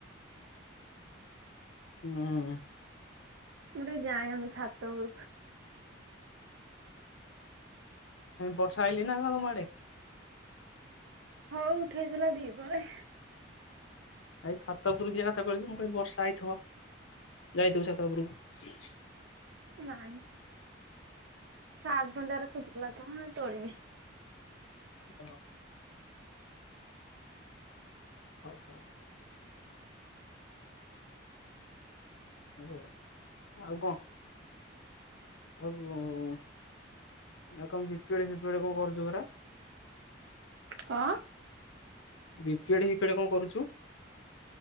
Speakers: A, on the left (about 85°); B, on the right (about 70°).
A: ହୁଁ ହୁଁ।
B: ମୁଁ ଟିକେ ଯାଏ ଆମ ଛାତ ଉପରକୁ?
A: ବର୍ଷା ଆଇଲି ନା କଣ ତମ ଆଡ଼େ?
B: ହଉ ଉଠେଇଥିଲା ଦି ପହରେ।
A: ଏଇ ଛାତ ଉପରକୁ ଯିବା କଥା କହିଲୁ ତ ମୁଁ କହିଲି ବର୍ଷା ହେଇଥିବ ଯାଇଥିବୁ ଛାତ ଉପରକୁ?
B: ନାଇଁ ସାର୍ଟ ପ୍ୟାଣ୍ଟ୍ ଗୁରା ଶୁଖୁଥିଲା ତ ତୋଳିବି।
A: ଓହୋ ହଉ ହଉ। ହଉ ଆଉ ଆଉ କଣ? ଆଉ ଉଁ। ଆଉ କଣ ବିପଳି ଫିପଳି କଣ କରୁଚୁ ପରା?
B: କଣ?
A: ବିପେଡ୍ ହିପେଡ୍ କଣ କରୁଛୁ?